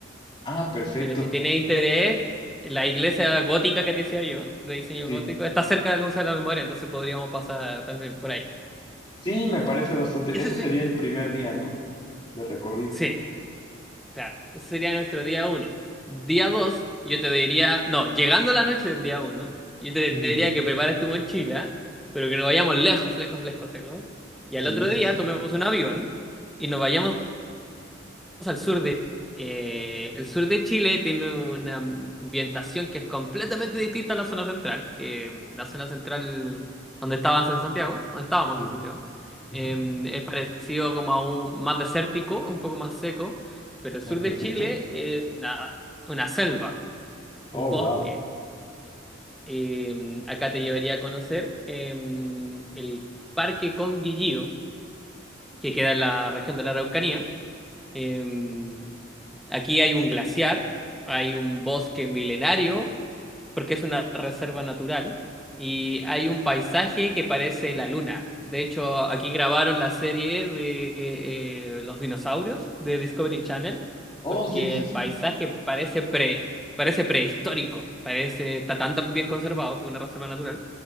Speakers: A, on the left; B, in the centre.
A: Ah, perfecto.
B: Pero si tienes interés, la iglesia gótica que te decía yo, de diseño
A: Sí.
B: gótico, está cerca del Museo de la Memoria, entonces podríamos pasar también por ahí.
A: Sí, me parece bastante.
B: Ese
A: Eso
B: sí.
A: sería el primer día, ¿no? De recorrido.
B: Sí, claro. Ese sería nuestro día uno. Día dos, yo te diría, no, llegando la noche del día uno, yo te
A: Ujú.
B: diría que prepares tu mochila, pero que nos vayamos lejos, lejos, lejos, lejos. Y
A: Sí,
B: al otro
A: sí,
B: día
A: sí.
B: tomemos un avión y nos vayamos al sur de... eh, el sur de Chile tiene una ambientación que es completamente distinta a la zona central, que mm, la zona central donde estabas en Santiago, donde estábamos
A: Sí.
B: en Santiago,
A: Ujú.
B: em, es parecido como a un más desértico, un poco más seco, pero el sur
A: Ah, perfecto.
B: de Chile es una, una selva, un
A: Oh,
B: bosque.
A: wow.
B: Em, acá te llevaría a conocer em, el Parque Conguillío, que queda en la región de la Araucanía. Em, Aquí hay un glaciar, hay un bosque milenario, porque es una reserva natural, y hay un paisaje que parece la luna. De hecho, aquí grabaron la serie de eh, eh, los dinosaurios de Discovery Channel,
A: Oh,
B: porque
A: sí, sí,
B: el
A: sí.
B: paisaje parece pre, parece prehistórico, parece, está tan, tan bien conservado, porque es una reserva natural,